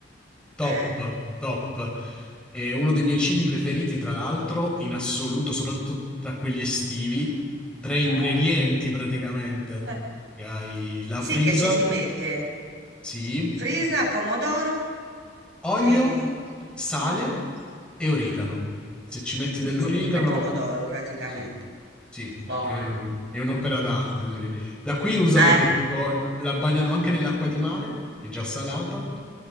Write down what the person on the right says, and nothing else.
Eh.
Mhm.
Eh.
Eh.
Sì,
che ci si mette
frisa, pomodoro
e
olio.
Eh,
Basta, pane e pomodoro praticamente.
Buono.
Eh.